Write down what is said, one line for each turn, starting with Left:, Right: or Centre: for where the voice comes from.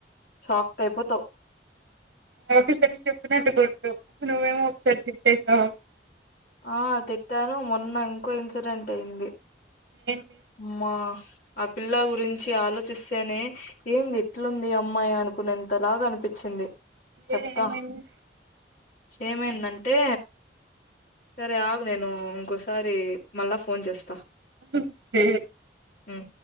Left: షాక్ అయిపోతావ్
Right: ఒకసారి చెప్పినట్టు గుర్తు నువ్వేమో ఒకసారి తిట్టేసావు
Left: ఆ తిట్టాను మొన్న ఇంకో ఇన్సిడెంట్ అయింది
Right: ఏంట్
Left: అమ్మా ఆ పిల్ల గురించి ఆలోచిస్తేనే ఏంది ఇట్లుంది అమ్మాయి అనుకునేంతలాగా అనిపించింది చెప్తా
Right: ఏ ఏమైంది
Left: ఏమైందంటే సరే ఆగు నేను ఇంకోసారి మల్ల ఫోన్ చేస్తా
Right: తే
Left: ఉమ్